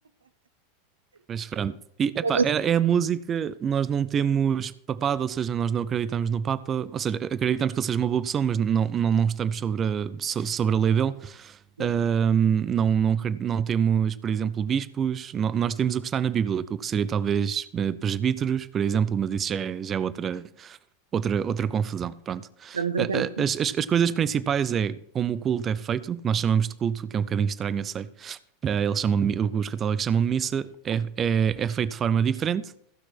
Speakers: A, on the right (about 30°); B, on the right (about 75°).
A: Mas pronto. E epá,
B: coisa
A: é, é a música, nós não temos papado, ou seja, nós não acreditamos no Papa, ou seja, acreditamos que ele seja uma boa pessoa, mas não, não, não estamos sobre a, so- sobre a lei dele.
B: assim.
A: Ahm, não, não, cre- não temos, por exemplo, bispos, No- nós temos o que está na Bíblia, o que seria talvez eh, presbíteros, por exemplo, mas isso já é, já é outra, outra, outra confusão, pronto.
B: Estamos em
A: A- a-
B: tempo.
A: As, as, as coisas principais é como o culto é feito, que nós chamamos de culto, que é um bocadinho estranho, eu sei. Eh, Eles chamam de, mi- os católicos chamam de missa, é, é, é feito de forma diferente.